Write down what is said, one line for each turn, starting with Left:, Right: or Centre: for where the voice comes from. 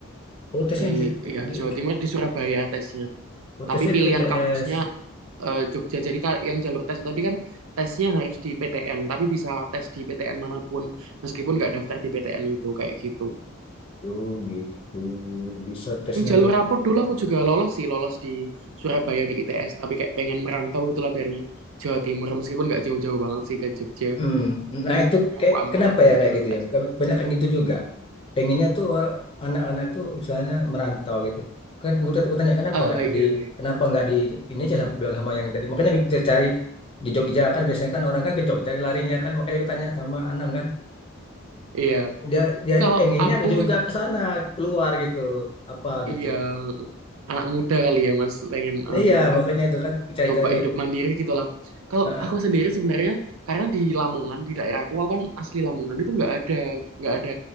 Left: Oh tesnya
Right: Di
Left: di,
Right: ya,
Left: di
Right: Jawa Timur, di Surabaya tesnya.
Left: oh, tesnya
Right: tapi pilihan
Left: di ITS.
Right: kampusnya eh, Jogja. Jadi ka- yang jalur tes tadi kan tesnya harus di PTN, tapi bisa tes di PTN manapun meskipun nggak daftar di PTN itu kayak gitu.
Left: Oh gitu bisa tesnya
Right: Yang jalur rapot dulu aku juga lolos sih, lolos di Surabaya di ITS, tapi kayak pengen merantau gitulah dari Jawa Timur meskipun nggak jauh-jauh banget sih ke Jogja.
Left: Hmm, nah itu
Right: Yang
Left: kayak
Right: aku ambil
Left: kenapa
Right: yang
Left: ya kayak
Right: jalur
Left: gitu
Right: tes.
Left: ya? Kebanyakan gitu juga. Pengennya tuh eh, anak-anak tuh misalnya merantau gitu. Kan gue tanya tanya, kenapa
Right: Eh
Left: nggak
Right: iya,
Left: di
Right: iya.
Left: kenapa nggak di ini aja sama bilang sama yang tadi. Makanya kita cari di Jogja kan biasanya kan orang kan ke Jogja larinya kan makanya gue tanya sama Anam kan
Right: Iya.
Left: dia dia
Right: Kalau
Left: ini pengennya
Right: aku
Left: juga ke sana keluar gitu apa gitu.
Right: iya anak muda kali ya Mas pengen
Left: Nah,
Right: anu
Left: iya
Right: apa
Left: makanya itu kan cari-cari
Right: nyoba
Left: yang
Right: hidup mandiri gitu lah. Kalau
Left: ah, ah,
Right: aku sendiri sebenarnya karena di Lamongan di daerah aku aku kan asli Lamongan itu nggak ada nggak ada